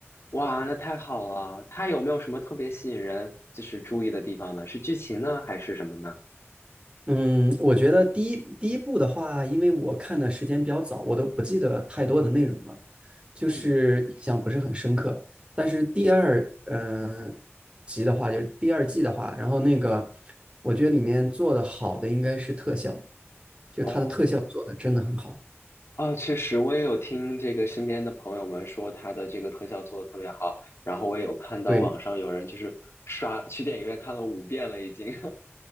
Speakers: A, on the left; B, on the right.
A: 哇，那太好了！它有没有什么特别吸引人，就是注意的地方呢？是剧情呢，还是什么呢？
B: 嗯，我觉得第一第一部的话，因为我看的时间比较早，我都不记得太多的内容了，就是印象不是很深刻。
A: 嗯，
B: 但是第二，嗯、呃集的话，就是第二季的话，然后那个，我觉得里面做的好的应该是特效，就它的特效做的真的很好。
A: 哦，啊，确实，我也有听这个身边的朋友们说他的这个特效做的特别好，然后我也有看到网上有人就是刷去电影院看了五遍了已经。
B: 对，
A: <laughs>